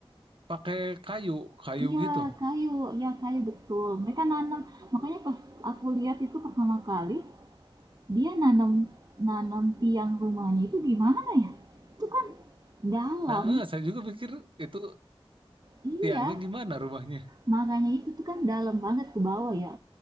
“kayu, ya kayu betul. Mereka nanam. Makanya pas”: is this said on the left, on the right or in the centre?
Right